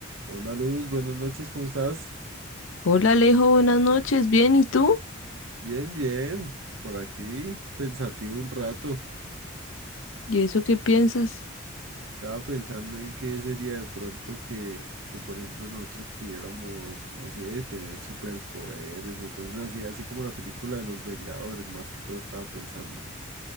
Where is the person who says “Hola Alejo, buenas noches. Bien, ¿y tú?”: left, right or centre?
Left